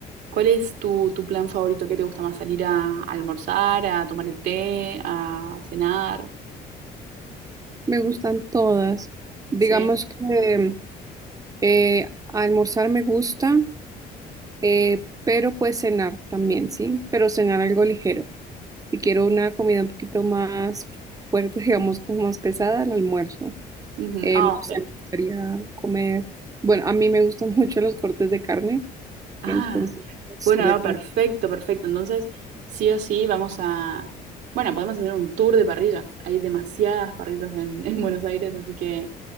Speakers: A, on the right; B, on the right.
A: ¿Cuál es tu, tu plan favorito? ¿Qué te gusta más? ¿Salir a, a almorzar, a tomar el té, a cenar?
B: Me gustan todas. Digamos
A: Sí.
B: que eh, almorzar me gusta. Eh, pero pues cenar también, ¿sí? Pero cenar algo ligero. Si quiero una comida un poquito más fuerte, <laughs> digamos como más pesada, el almuerzo.
A: Ujú.
B: Eh,
A: Ah,
B: no sé,
A: ok.
B: me gustaría comer. Bueno, a mí me gustan <laughs> mucho los cortes de carne,
A: Ah,
B: entonces pues,
A: bueno,
B: sería
A: no, perfecto,
B: como,
A: perfecto. Entonces, sí o sí, vamos a... Bueno, podemos hacer un tour de parrillas. Hay demasiadas parrillas en, <laughs> en Buenos Aires, así que